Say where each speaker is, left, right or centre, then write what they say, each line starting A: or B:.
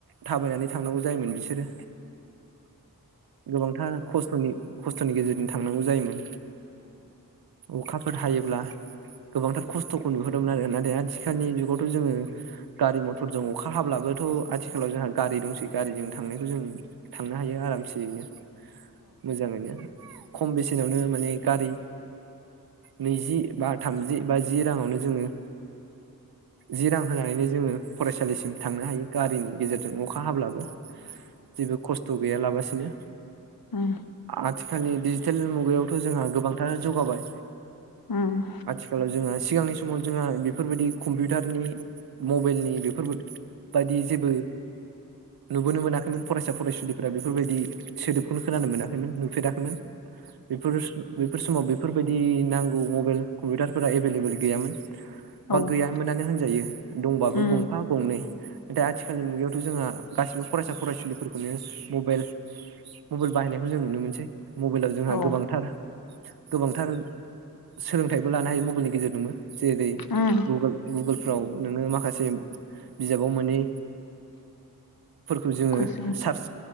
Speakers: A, on the right; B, on the left.
A: थाबायनानै थांनांगौ जायोमोन बिसोरो गोबांथार खस्थ'नि खस्थ'नि गेजेरजों थांनांगौ जायोमोन अखाफोर हायोब्ला गोबांथार खस्थ'खौ नुहरोमोन आरो नाथाय आथिखालनि जुगावथ' जोङो गारि मथरजों अखा हाब्लाबोथ' आथिखालाव जोंहा गारि दंसै गारिजों थांनायखौ जों थांनो हायो आरामसेयैनो मोजांङैनो खम बेसेनावनो माने गारि नैजि बा थामजि बा जि राङावनो जोङो जि रां होनानैनो जोङो फरायसालिसिम थांनो हायो गारिनि गेजेरजों अखा हाब्लाबो जेबो खस्थ गैयालाबासिनो
B: उम उम
A: आथिखालनि डिजिटेल मुगायावथ जोंहा गोबांथार जौगाबाय
B: उम
A: आथिखालाव जोंहा सिगांनि समाव जोंहा बेफोरबायदि कम्पिउटारनि मबाइलनि बेफोरबायायदि जेबो नुबोनो मोनाखैमोन फरायसा फरायसुलिफोरा बेफोरबायदि सोदोबखौनो खोनानो मोनाखैमोन नुफेराखैमोन बेफोर <unintelligible> बेफोर समाव बेफोरबायदि नांगौ मबाइल कम्पिउटारफोरा एभेलेबोेल गैयामोन
B: ओ
A: बा
B: औ
A: गैया मोनानो हो जायो दंबाबो
B: उम
A: गंफा गंनै दा आथिखालनि मुगायावथ जोंहा गासिबो फरायसा फरायसुलिफोरखौनो मबाइल मबाइल बाहायनायखौ जों नुनो मोनसै मबाइलाव जोंहा
B: औ
A: गोबांथार गोबांथार सोलोंथाइबो लानो हायो मबाइलनि गेजेरजोंबो जेरै
B: उम
A: गुगोल गुगोलफ्राव नोङो माखासे बिजाबाव मोनै फोरखौ जोङो
B: खुइसन
A: सार्च